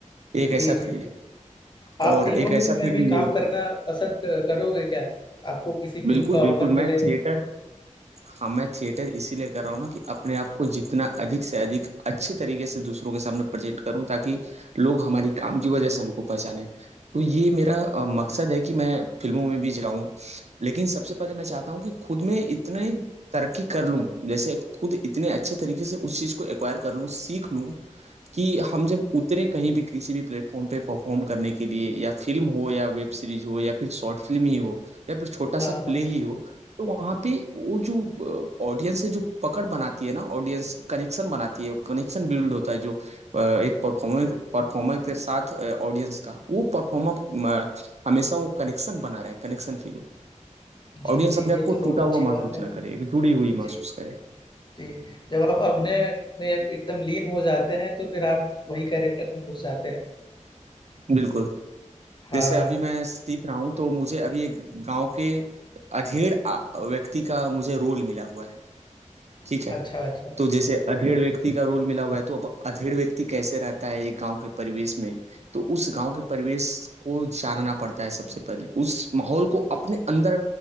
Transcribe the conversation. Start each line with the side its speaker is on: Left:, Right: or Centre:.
Right: एक
Left: जी
Right: ऐसा
Left: जी
Right: फील्ड है
Left: आप
Right: और
Left: फिल्मों
Right: एक ऐसा
Left: में में
Right: फील्ड
Left: भी काम
Right: ये
Left: करना पसंद क- करोगे क्या आपको किसी
Right: बिल्कुल
Left: फिल्म का
Right: बिल्कुल
Left: ऑफर
Right: मैं
Left: मिले
Right: थिएटर हाँ मैं थिएटर इसीलिए कर रहा हूँ ना कि अपने आप को जितना अधिक से अधिक अच्छे तरीके से दूसरों के सामने प्रेजेंट करूँ ताकि लोग हमारी काम की वजह से हमको पहचाने तो ये मेरा अ, मकसद है कि मैं फिल्मों में भी जाऊँ लेकिन सबसे पहले मैं चाहता हूँ कि खुद में इतने तरक्की कर लूँ जैसे खुद इतने अच्छे तरीके से उस चीज़ को एक्वायर कर लूँ सीख लूँ कि हम जब उतरे कहीं भी किसी भी प्लेटफॉर्म पे परफॉर्म करने के लिए या फिल्म हो या वेब सीरीज हो या फिर शॉर्ट फिल्म ही हो या फिर छोटा
Left: हाँ
Right: सा
Left: हाँ
Right: प्ले ही हो तो वहाँ पे वो जो ऑडियंस है जो पकड़ बनाती है ना ऑडियंस कनेक्शन बनाती है कनेक्शन बिल्ड होता है जो अ, एक परफॉर्मर परफॉर्मर के साथ ऑडियंस का वो परफॉर्मर हमेशा वो कनेक्शन बना रहे कनेक्शन फील हो
Left: जी
Right: ऑडियंस
Left: जी
Right: अपने
Left: ये
Right: आप को
Left: तो बहुत
Right: टूटा
Left: अच्छी
Right: हुआ
Left: बात
Right: महसूस
Left: है
Right: ना करे एक जुड़ी हुई
Left: जी
Right: महसूस करे
Left: जी जब आप अभिनय में एकदम लीन हो जाते हैं तो फिर आप वही कैरेक्टर में घुस जाते हैं
Right: बिल्कुल
Left: हाँ
Right: जैसे अभी मैं सीख रहा हूँ तो मुझे अभी एक गांव के अधेड़ आ- व्यक्ति का मुझे रोल मिला हुआ है ठीक है
Left: अच्छा अच्छा
Right: तो जैसे अधेड़ व्यक्ति का रोल मिला हुआ है तो अब अधेड़ व्यक्ति कैसे रहता है एक गांव के परिवेश में तो उस गांव के परिवेश को जानना पड़ता है सबसे पहले उस माहौल को अपने अंदर